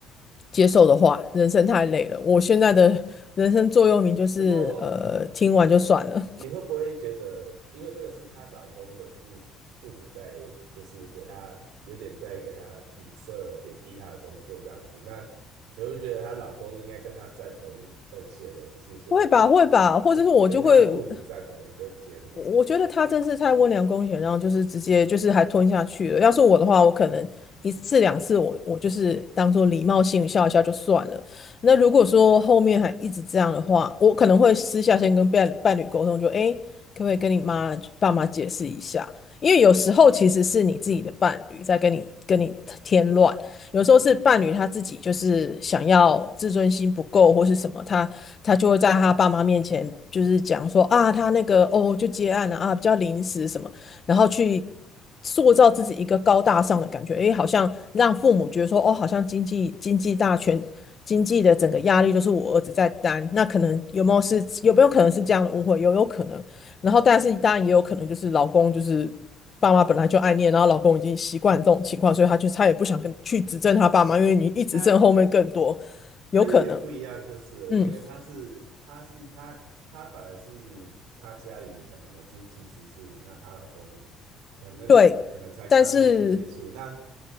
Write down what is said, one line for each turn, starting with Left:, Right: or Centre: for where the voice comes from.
Left: 接受的话，人生太累了。我现在的人生座右铭就是，
Right: 不过
Left: 呃，听完就算了，
Right: 你会不会觉得，因为这个是她老公的父父母在，就是给她有点在给她影射、贬低她的工作这样子，那你会不会觉得她老公应该跟她站同一阵线的，不是说跟她父跟她父母站同一阵线？
Left: <laughs> 会吧，会吧，或者是我就会，
Right: <laughs>
Left: 我我觉得他真是太温良恭俭让，就是直接就是还吞下去了。要是我的话，我可能一次两次我，我就是当做礼貌性笑一下就算了。那如果说后面还一直这样的话，我可能会私下先跟伴伴侣沟通，就诶，可不可以跟你妈爸妈解释一下？因为有时候其实是你自己的伴侣在跟你跟你添乱。有时候是伴侣他自己就是想要自尊心不够或是什么，他他就会在他爸妈面前就是讲说啊，他那个哦就接案了啊，比较临时什么，然后去塑造自己一个高大上的感觉，诶，好像让父母觉得说哦，好像经济经济大权。经济的整个压力都是我儿子在担，那可能有没有是有没有可能是这样的误会？有有可能，然后但是当然也有可能就是老公就是爸妈本来就爱念，然后老公已经习惯这种情况，所以他就他也不想跟去指正他爸妈，因为你一直正后面更多，
Right: 她她有点不一样，
Left: 有可能，
Right: 就是了因为她是她是她她反而是她家里可能的经济支柱，
Left: 嗯，
Right: 那她老公可能那个时候可能才刚念书结束，
Left: 对，但是
Right: 那。